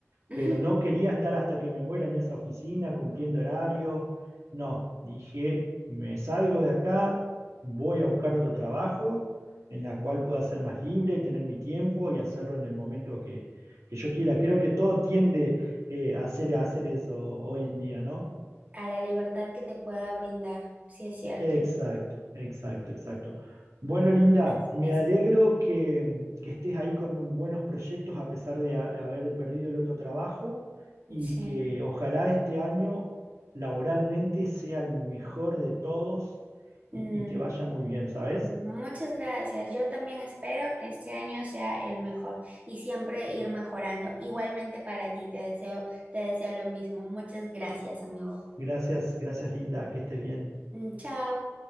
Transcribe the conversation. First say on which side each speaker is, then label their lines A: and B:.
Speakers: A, on the right; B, on the right.
A: <laughs>
B: pero no quería estar hasta que me muera en esa oficina cumpliendo horarios. No, dije, me salgo de acá, voy a buscar otro trabajo en la cual pueda ser más libre, tener mi tiempo y hacerlo en el momento que, que yo quiera. Creo que todo tiende eh, a, hacer, a hacer eso hoy en día, ¿no?
A: a la libertad que te pueda brindar, sí es cierto,
B: Exacto, exacto, exacto. Bueno, Linda,
A: y así
B: me
A: es.
B: alegro que, que estés ahí con un- buenos proyectos a pesar de ha- haber perdido el otro trabajo y
A: Sí.
B: que ojalá este año laboralmente sea el mejor de todos
A: Mm,
B: y, y te vaya muy bien, ¿sabes?
A: muchas gracias. Yo también espero que este año sea el mejor y siempre ir mejorando. Igualmente para ti, te deseo, te deseo lo mismo. Muchas gracias, amigo.
B: Gracias, gracias, Linda, que estés bien.
A: Mm, chao.